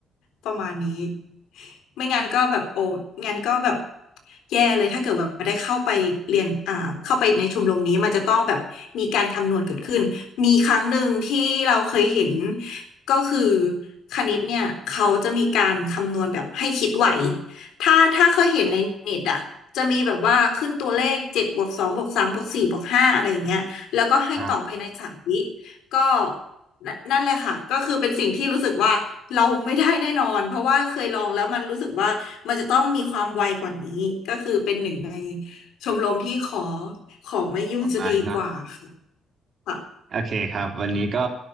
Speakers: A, on the left (about 85°); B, on the right (about 55°).
A: ประมาณนี้ไม่งั้นก็แบบโอ้งั้นก็แบบแย่เลยถ้าเกิดว่าได้เข้าไปเรียนอ่าเข้าไปในชมรมนี้มันจะต้องแบบมีการคำนวณเกิดขึ้นมีครั้งหนึ่งที่เราเคยเห็นก็คือคณิตเนี่ยเขาจะมีการคำนวณแบบให้คิดไวถ้าถ้าเคยเห็นในเน็ตอ่ะจะมีแบบว่าขึ้นตัวเลขเจ็ดบวกสองบวกสามบวกสี่บวกห้าอะไรอย่างเงี้ยแล้วก็ให้ตอบภายในสามวิ
B: อ่า
A: ก็นนั่นแหละค่ะก็คือเป็นสิ่งที่รู้สึกว่าเราไม่ได้แน่นอนเพราะว่าเคยลองแล้วมันรู้สึกว่ามันจะต้องมีความไวกว่านี้ก็คือเป็นหนึ่งในชมรมที่ขอขอไม่ยุ่งจะดีกว่าค่
B: ต่อไปเนาะ
A: ะ
B: โอเคครับวันนี้ก็